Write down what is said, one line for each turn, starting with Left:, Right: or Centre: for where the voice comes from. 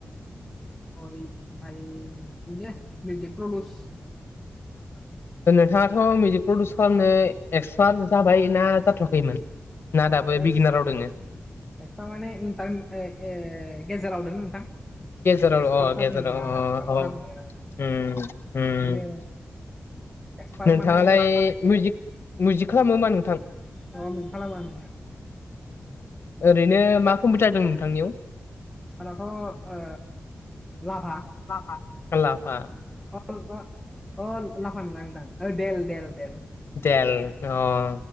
Centre: ाय इ ने प्रदस <unintelligible>
Left: औ <unintelligible> नोंथाङाथ' मिउजिक प्रडिउस खालामनो एक्सपार्ट जाबाय ना जाथ'वाखैमोन? ना दाबो
Centre: अ ए
Left: बिगिनाराव दोङो
Centre: एक्सफ्रा माने इन्टारने गेजेराव दों नोंथां।
Left: गेजाराव
Centre: एक्सपार्ट
Left: अ
Centre: थागौमोन
Left: गेजार अ
Centre: ना
Left: अ
Centre: माबा
Left: उम
Centre: थागौमोन आं
Left: उम।
Centre: बिदिनो एक्सपार्ट
Left: नोंथाङालाय
Centre: माने
Left: मिउजिक मिउजिक खालामो होमा नोंथां?
Centre: खालाम खालाम
Left: ओरैनो मा कम्पिउटार जादों नोंथांनियाव?
Centre: आंनावथ' ओ लाभा
Left: आल खालामा
Centre: अ अ लाफान मांदां देल देल देल
Left: देल अ